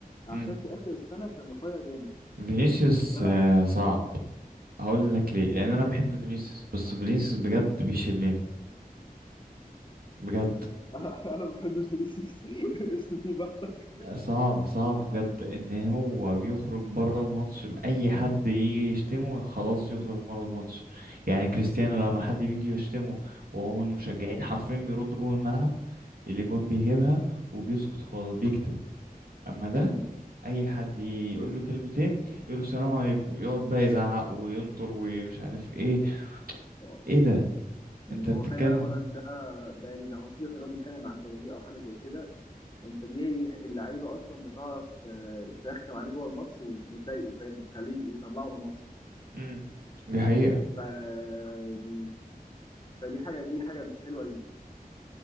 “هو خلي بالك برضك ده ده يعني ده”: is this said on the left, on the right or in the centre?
Left